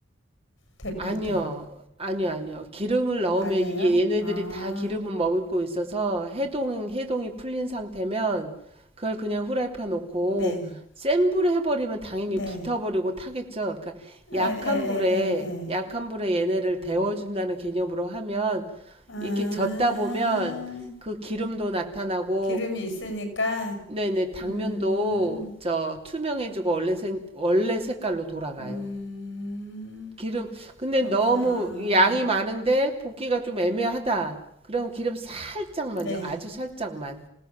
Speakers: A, on the left; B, on the right.
A: 데필
B: 아니요.
A: 때.
B: 아니요, 아니요. 기름을 넣으면
A: 아니에요?
B: 이게 얘네들이
A: 아,
B: 다 기름을 머금고 있어서 해동, 해동이 풀린 상태면 그걸 그냥 후라이팬 놓고
A: 네,
B: 센 불에 해버리면 당연히
A: 네.
B: 붙어버리고 타겠죠. 그러니까 약한
A: 에, 에, 에,
B: 불에,
A: 에, 에.
B: 약한 불에 얘네를 데워준다는 개념으로 하면
A: 아,
B: 이렇게 젓다 보면 그 기름도 나타나고,
A: 기름이 있으니까,
B: 네네, 당면도
A: 음,
B: 저 투명해지고 원래 생, 원래 색깔로 돌아가요.
A: 음,
B: 기름, 근데
A: 그렇구나.
B: 너무 양이 많은데 볶기가 좀 애매하다. 그럼 기름 살짝만요.
A: 네.
B: 아주 살짝만.